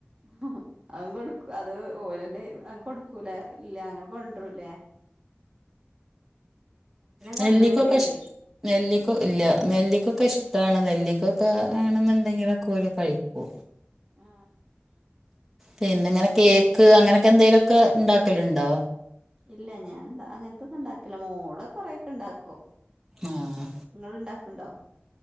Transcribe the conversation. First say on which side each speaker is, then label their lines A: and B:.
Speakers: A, on the right; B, in the centre.
A: ഹി ഹെ അത് കൊടുക്കും അത് ഓലന്റെ അത് കൊടുക്കൂലെ ഇല്ല അങ്ങനെ കൊണ്ടരുലേ
B: നെല്ലിക്കൊക്കെ
A: കൊണ്ടരൂലേ പറയും
B: ഇഷ് നെല്ലിക്ക ഇല്ല നെല്ലിക്കൊക്കെ ഇഷ്ട്ടാണ് നെല്ലിക്കൊക്കെ ആണെന്നുണ്ടെങ്കിലൊക്കെ ഓര് കഴിക്കൂ
A: ആ
B: പിന്നെ ഇങ്ങനെ കേക്ക് അങ്ങനൊക്കെ എന്തേലു ഒക്ക ഇണ്ടാക്കല്ണ്ടോ
A: ഇല്ല ഞാൻ അങ്ങൻത്തൊന്ന് ഇണ്ടാക്കൽല്ല മോള് കോറെക്കെ ഇണ്ടാക്കും
B: ആഹ്
A: ഇങ്ങള് ഇണ്ടാക്ക്ണ്ടോ